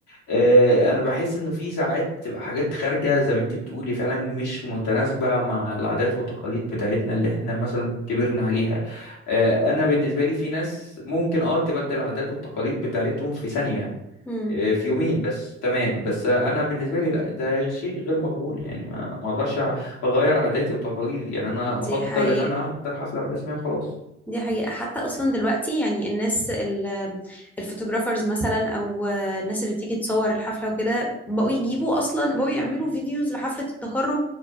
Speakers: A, on the left; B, in the centre.
A: اه انا بحس انه في ساعات تبقى حاجات خارجة زي ما انت بتقولي فعلا مش متناسبة مع العادات والتقاليد بتاعتنا اللي احنا مثلا كبرنا عليها اه انا بالنسبة لي في ناس ممكن اه تبدل العادات والتقاليد بتاعتهم في ثانية
B: امم
A: إيه، في يومين بس تمام بس انا بالنسبه لي لا ده شيء غير مقبول يعني ما ما اقدرش اغير عاداتي وتقاليدي يعني انا
B: دي
A: افضل
B: حقيقة
A: ان انا احضر حفله رسميه وخلاص
B: دي حقيقة حتى أصلا دلوقتي يعني الناس ال- الفوتوغرافرز مثلا أو الناس اللي بتيجي تصور الحفلة وكده بقوا يجيبوا أصلا بقوا يعملوا فيديوز لحفلة التخرج